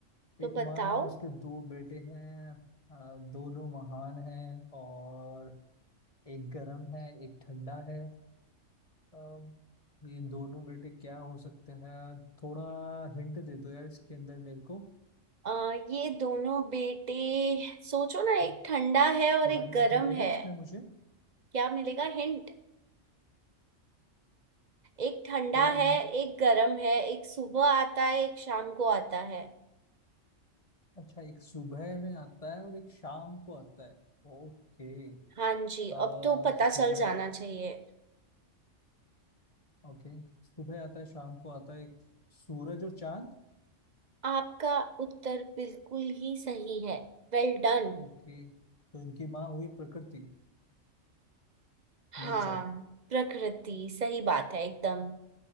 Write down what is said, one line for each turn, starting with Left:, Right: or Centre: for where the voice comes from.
Right: तो
Left: एक
Right: बताओ
Left: माँ है उसके दो बेटे हैं अ, दोनों महान हैं और एक गरम है एक ठंडा है अब ये दोनों बेटे क्या हो सकते हैं थोड़ा हिंट दे दो यार इसके अंदर मेरे को
Right: आ, ये दोनों बेटे सोचो ना एक ठंडा है और
Left: थोड़ा
Right: एक
Left: हिंट
Right: गरम
Left: मिलेगा
Right: है
Left: इसमें मुझे
Right: क्या मिलेगा हिंट एक ठंडा
Left: थोड़ा
Right: है
Left: हिंट
Right: एक गरम है एक सुबह आता है एक शाम को आता है
Left: अच्छा एक सुबह में आता है और एक शाम को आता है ओके
Right: हाँ जी
Left: अ
Right: अब तो पता
Left: सुबह
Right: चल जाना चाहिए
Left: ओके सुबह आता है शाम को आता है सूरज और चांद
Right: आपका उत्तर बिल्कुल ही सही है वेल डन
Left: ओके तो इनकी माँ हुई प्रकृति
Right: हाँ
Left: नेचर
Right: प्रकृति सही बात है एकदम